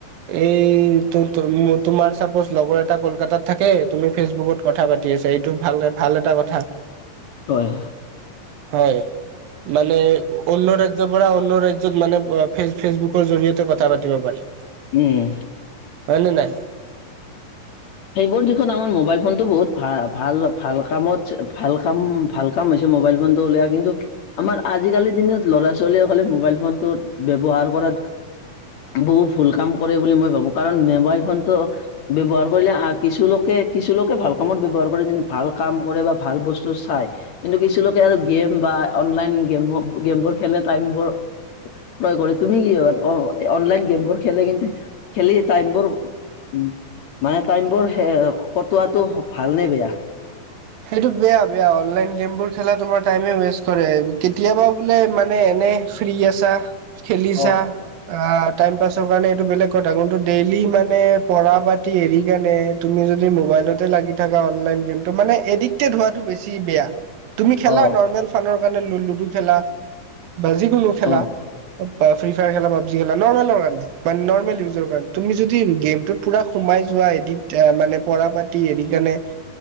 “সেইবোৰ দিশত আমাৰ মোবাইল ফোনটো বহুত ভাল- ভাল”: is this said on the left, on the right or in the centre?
Left